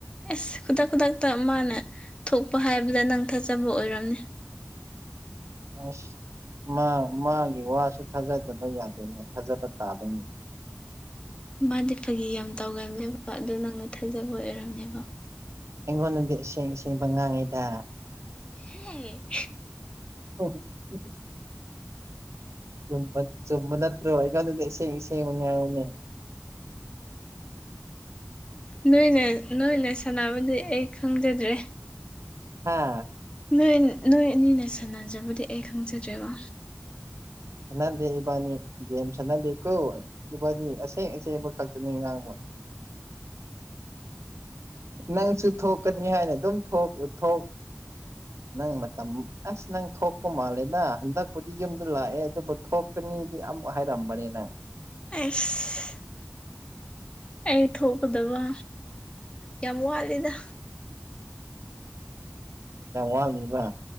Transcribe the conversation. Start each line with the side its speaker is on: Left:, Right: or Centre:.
Left: ꯑꯦꯁ ꯈꯨꯗꯥꯛ ꯈꯨꯗꯥꯛꯇ ꯃꯥꯅ ꯊꯣꯛꯄ ꯍꯥꯏꯕꯗ ꯅꯪ ꯊꯠꯆꯕ ꯑꯣꯏꯔꯝꯅꯤ
Right: ꯑꯁ ꯃꯥ ꯃꯥꯒꯤ ꯋꯥꯁꯨ ꯊꯥꯖꯗꯕ ꯌꯥꯗꯦꯅꯦ ꯊꯥꯖꯕ ꯇꯥꯕꯩꯅꯦ <unintelligible>
Left: ꯃꯥꯗꯤ ꯐꯥꯒꯤ ꯌꯥꯝ ꯇꯧꯒꯃꯦꯕ ꯑꯗꯨ ꯅꯪꯅ ꯊꯩꯖꯕ ꯑꯣꯏꯔꯝꯅꯦꯕ
Right: ꯑꯩꯉꯣꯟ ꯅꯨꯁꯤꯡꯕ ꯉꯥꯡꯉꯤꯗ
Left: ꯍꯦ
Right: ꯍ ꯍꯣ ꯎ ꯆꯨꯝ ꯆꯨꯝꯕꯗꯠꯇ ꯋꯥꯏꯀꯁꯁ ꯃ ꯉꯅꯦ <unintelligible>
Left: ꯅꯣꯏꯅ ꯅꯣꯏꯅ ꯁꯥꯟꯅꯕꯗꯤ ꯑꯩ ꯈꯪꯖꯗ꯭ꯔꯦ
Right: ꯍꯥꯥ
Left: ꯅꯣꯏ ꯅꯣꯏ ꯑꯅꯤꯅ ꯁꯥꯟꯅꯖꯕꯗꯤ ꯑꯩ ꯈꯪꯖꯗ꯭ꯦꯀꯣ
Right: ꯁꯥꯟꯅꯗꯦ ꯏꯕꯥꯅꯤ ꯒꯦꯝ ꯁꯥꯟꯅꯗꯦ ꯀꯣ ꯏꯕꯥꯅꯤ ꯑꯁꯦꯡ ꯑꯁꯦꯡꯕ ꯈꯛꯇꯅꯤ ꯉꯥꯡꯕ ꯅꯪꯁꯨ ꯊꯣꯛꯀꯅꯤ ꯍꯥꯏꯅ ꯑꯗꯨꯝ ꯊꯣꯛ ꯅꯪ ꯃꯇꯝ ꯑꯁ ꯅꯪ ꯊꯣꯛꯄ ꯃꯥꯜꯂꯦꯅ ꯍꯟꯗꯛꯄꯨꯗꯤ ꯌꯨꯝꯗ ꯂꯥꯛꯑꯦ ꯑꯗꯨꯕꯨ ꯊꯣꯛꯀꯅꯤꯗꯤ ꯑꯃꯨꯛ ꯍꯥꯏꯔꯝꯕꯅꯤꯅꯦ
Left: ꯑꯁ ꯑꯩ ꯊꯣꯛꯀꯗꯕ ꯌꯥꯝ ꯋꯥꯠꯂꯤꯦꯗ
Right: ꯌꯥꯝ ꯋꯥꯅꯤꯕ